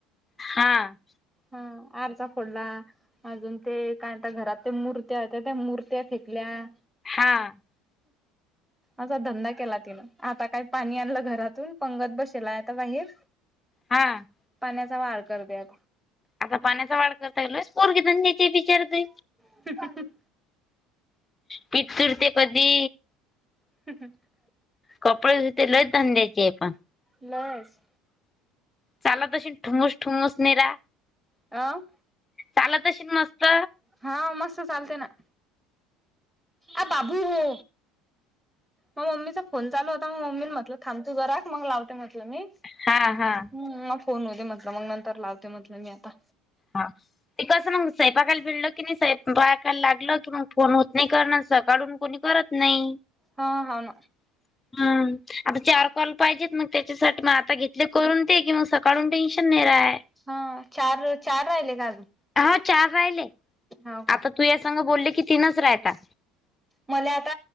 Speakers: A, on the left; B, in the centre.
A: हां.
B: हां आरसा फोडला. अजून ते काय त्या घरात ते मूर्त्या होत्या त्या मूर्त्या फेकल्या.
A: हां.
B: असा धंदा केला तिनं आता काय पाणी आणलं घरातून पंगत बसेल आता बाहेर.
A: हां.
B: पाण्याचा वाढ करत्यात.
A: आता पाण्याचा वाढ करतोय पोरगी धंदाची आहे बिचारे ताई.
B: <inaudible>
A: पिठ सुरते कधी
B: <inaudible>
A: कपडे धुते लय धंद्याची आहे पण.
B: लय आहेस.
A: चालत अशी ठुमस ठुमस मीरा.
B: आं.
A: चालत अशील मस्त.
B: हां मस्त चालते ना. आप बाबू हो. मग मम्मीचा फोन चालू होता मग मम्मीला म्हटलं थांब तू जरा मग लावते म्हटलं मी.
A: हां हां.
B: हम्म हा फोन होऊदे म्हटलं मग नंतर लावते म्हटलं मी आता.
A: हां. ते कसं ना स्वायंपाकायला भिडल की नाही स्वायंपाकाले लागलं की मग फोन होत नाही करण सकाळून कोणी करत नाही.
B: हां हाव ना.
A: <inaudible> हम्म आता चार कॉल पाहिजेत मग त्याच्यासाठी मग आता घेतले करून ते की मग सकाळून टेन्शन नाही राय.
B: हां चारच चार राहिलेत अजून?
A: हां चार राहिले.
B: हाव का?
A: तूया संग बोलले की तीनच रायेता.
B: मला आता